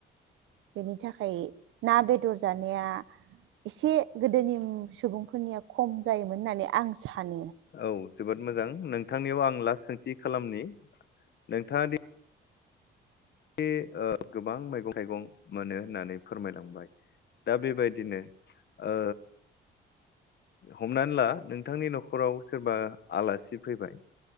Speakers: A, on the right; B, on the left.
A: बेनि थाखाय ना बेदर जानाया एसे गोदोनि सुबुंफोरनिया खम जायोमोन होननानै आं सानो।
B: औ जोबोद मोजां नोंथांनियाव आं लास सोंथि खालामनि नोंथाङा दि बे ओ गोबां मैगं थाइगं मोनो होननानै फोरमायलांबाय दा बेबायदिनो ओ हमनानै ला नोंथांनि नखराव सोरबा आलासि फैबाय